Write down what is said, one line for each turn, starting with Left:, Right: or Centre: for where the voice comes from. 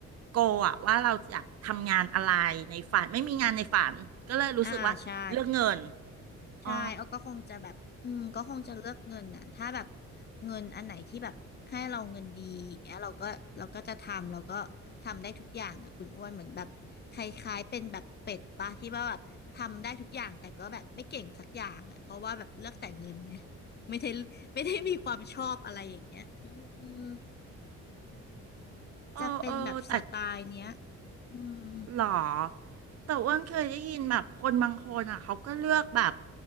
Right: โกอะว่าเราอยากทำงานอะไรในฝันไม่มีงานในฝันก็เลยรู้สึกว่าเรื่องเงิน
Left: อ่าใช่ ใช่อ้อก็คงจะแบบ
Right: อ๋อ
Left: อืมก็คงจะเลือกเงินนะถ้าแบบเงินอันไหนที่แบบให้เราเงินดีอย่างเงี้ยเราก็เราก็จะทำ เราก็ทำได้ทุกอย่างอ่ะคุณอ้วนเหมือนแบบคล้ายๆเป็นแบบเป็ดปะที่ว่าแบบทำได้ทุกอย่างแต่ก็แบบไม่เก่งสักอย่างอ่ะเพราะว่าแบบเลือกแต่เงินไงไม่ได้ไม่ได้มีความชอบอะไรอย่างเงี้ยอืม
Right: เออเออแต่
Left: จะเป็นแบบสไตล์เนี้ยอืม
Right: หรอแต่อ้วนเคยได้ยินแบบคนบางคนอ่ะเขาก็เลือกแบบ